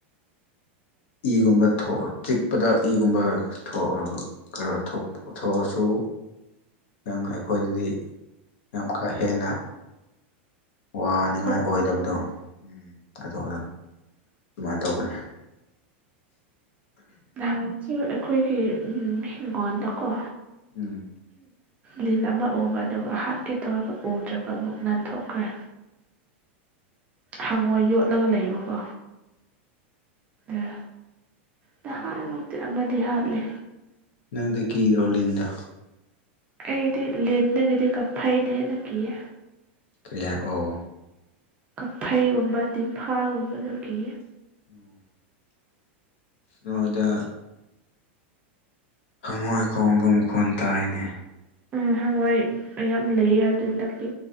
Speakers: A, on the left; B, on the right.
A: ꯏꯒꯨꯝꯕ ꯊꯣꯛ ꯆꯤꯛꯄꯗ ꯏꯒꯨꯝꯕ ꯊꯣꯛ ꯈꯔ ꯊꯣꯛꯑꯁꯨ ꯌꯥꯝꯅ ꯑꯩꯈꯣꯏꯗꯗꯤ ꯌꯥꯝ ꯀꯥ ꯍꯦꯟꯅ ꯋꯥꯅꯤꯡꯉꯥꯏ
B: ꯁꯣꯛꯇꯕ
A: ꯑꯣꯏꯗꯕꯗꯣ ꯎꯝ ꯑꯣ ꯑ ꯑꯗꯨꯃꯥꯏꯅ ꯇꯧꯕꯅꯤ
B: ꯥꯟꯁꯨ ꯑꯩꯈꯣꯏꯒꯤ ꯍꯤꯡꯒꯣꯜꯗꯀꯣ
A: ꯎꯝ
B: ꯂꯤꯟ ꯑꯃ ꯎꯕ ꯑꯗꯨꯒ ꯍꯥꯠꯀꯦ ꯇꯧꯔꯒ ꯎꯗ꯭ꯔꯕ ꯑꯃꯨꯛ ꯅꯥꯟꯊꯣꯛꯈ꯭ꯔꯦ ꯍꯪꯉꯣ ꯌꯣꯠꯂꯒ ꯂꯩꯕꯀꯣ ꯑ ꯅꯍꯥꯟꯃꯨꯛꯇꯤ
A: ꯅꯪ ꯅꯪ
B: ꯑꯃꯗꯤ ꯍꯥꯠꯂꯦ
A: ꯅꯪꯗꯤ ꯀꯤꯗ꯭ꯔꯣ ꯂꯤꯟꯗ
B: ꯑꯩꯗꯤ ꯂꯤꯟꯗꯒꯤꯗꯤ ꯀꯛꯐꯩꯅ ꯍꯦꯟꯅ ꯀꯤꯌꯦ
A: ꯀꯔꯤꯌꯥ ꯑꯣ
B: ꯀꯛꯐꯩꯒꯨꯝꯕ ꯇꯤꯝꯐꯥꯒꯨꯝꯕꯗꯨꯒꯤ
A: ꯎꯝ ꯅꯣꯏꯗ ꯍꯪꯉꯣꯏ ꯈꯣꯡꯕ ꯃꯈꯣꯟ ꯇꯥꯏꯅꯦ
B: ꯎꯝ ꯍꯪꯉꯣꯏ ꯌꯥꯝ ꯂꯩꯌꯦ ꯍꯥꯏꯕꯗꯨ ꯍꯟꯗꯛ ꯇꯤ